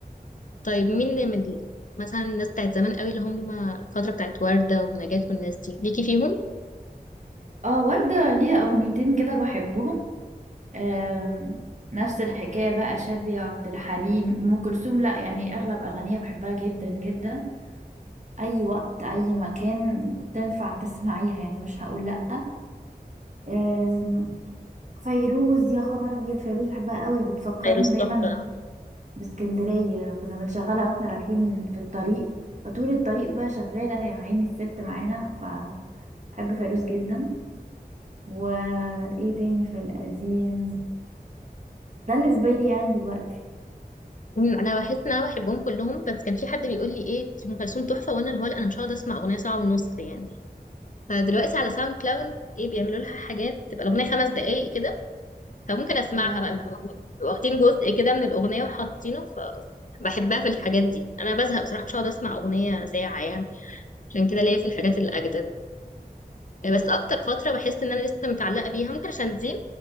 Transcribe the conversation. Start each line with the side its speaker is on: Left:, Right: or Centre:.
Left: طيب مين من ال- مثلا الناس بتاعت زمان قوي اللي هم الفتره بتاعت ورده ونجاة والناس دي ليكي فيهم
Right: اه وردة ليها أغنيتين كده بحبهم أم، نفس الحكاية بقى شادية وعبد الحليم أم كلثوم لا يعني أغلب أغانيها بحبها جدا جدا اي وقت اي مكان تنفع تسمعيها يعني مش هقول لأ أم، فيروز يا خبر ابيض فيروز بحبها قوي بتفكرني
Left: فيروز
Right: دايما
Left: تحفه
Right: باسكندرية كنا بنشغلها واحنا رايحين في الطريق فطول الطريق بقى شغالة يا عيني الست معانا فبحب فيروز جدا وايه تاني في القديم ده اللي في بالي يعني دلوقتي
Left: مم، انا بحس ان انا بحبهم كلهم بس كان في حد بيقول لي ايه دي ام كلثوم تحفه وانا اللي هو لا انا مش هقعد اسمع اغنيه ساعه ونص يعني فدلوقتي على ساوند كلاود ايه بيعملوا لها حاجات تبقى الاغنيه خمس دقائق كده فممكن اسمعها
Right: اه
Left: بقى بيبقوا واخدين جزء كده من الاغنيه وحاطينه فبحبها في الحاجات دي انا بزهق بصراحه مش هقعد اسمع اغنيه ساعه يعني عشان كده ليا في الحاجات الاجدد بس اكتر فتره بحس ان انا لسه متعلقه بيها ممكن عشان دي